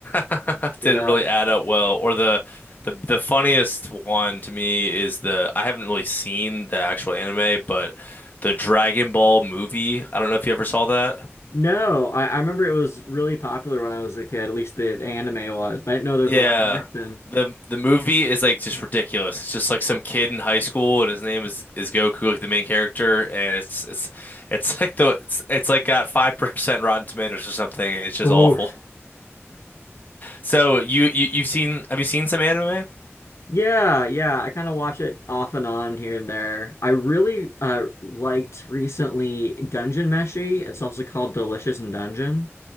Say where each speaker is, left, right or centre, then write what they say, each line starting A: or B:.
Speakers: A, on the left (about 35°); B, on the left (about 70°).
A: <laughs> Didn't
B: Yeah.
A: really add up well. Or the the the funniest one to me is the I haven't really seen the actual anime, but the Dragon Ball movie. I don't know if you ever saw that.
B: No, I, I remember it was really popular when I was a kid. At least the anime was, but I didn't know there
A: Yeah.
B: was a live action.
A: The the movie is like just ridiculous. It's just like some kid in high school and his name is is Goku, like the main character, and it's it's it's like the it's, it's like got 5% Rotten Tomatoes or something. It's just
B: Oof.
A: awful. <laughs> So you, you you've seen have you seen some anime?
B: Yeah, yeah, I kind of watch it off and on here and there. I really uh liked recently Dungeon Meshi. It's also called Delicious in Dungeon.